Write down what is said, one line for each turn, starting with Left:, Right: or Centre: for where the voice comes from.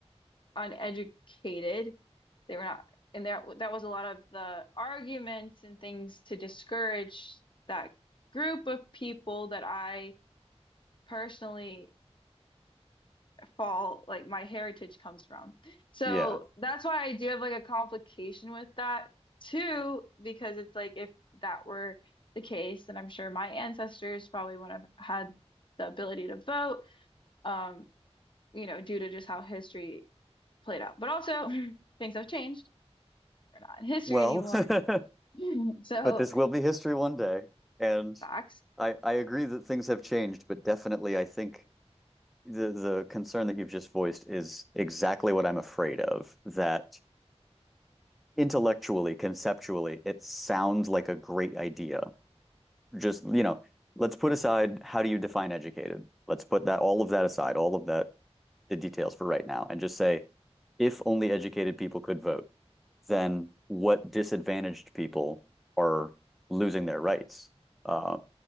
Left: uneducated. They were not, and there that was a lot of the arguments and things to discourage that group of people that I personally fall, like my heritage comes from. So
Centre: Yeah.
Left: that's why I do have like a complication with that too, because it's like if that were the case, then I'm sure my ancestors probably wouldn't have had the ability to vote. Um, you know, due to just how history played out. But also, <laughs> things have changed. We're not in history
Centre: Well,
Left: anymore.
Centre: <laughs>
Left: <laughs> So,
Centre: but this will be history one day. And
Left: facts.
Centre: I I agree that things have changed, but definitely I think the the concern that you've just voiced is exactly what I'm afraid of. That intellectually, conceptually, it sounds like a great idea. Just, you know, let's put aside how do you define educated? Let's put that all of that aside, all of that the details for right now, and just say if only educated people could vote, then what disadvantaged people are losing their rights? Uh,